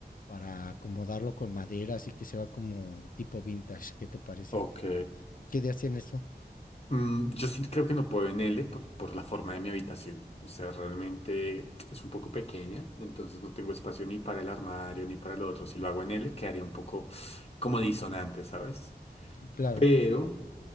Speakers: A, on the left; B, on the left.
A: para acomodarlo con madera, así que se va como tipo vintage. ¿Qué te parece?
B: Ok.
A: ¿Qué ideas tienes tú?
B: Mm, yo sí creo que no puedo en L por, por la forma de mi habitación. O sea, realmente es un poco pequeña, entonces no tengo espacio ni para el armario ni para lo otro. Si lo hago en L, quedaría un poco como disonante, ¿sabes?
A: Claro.
B: Pero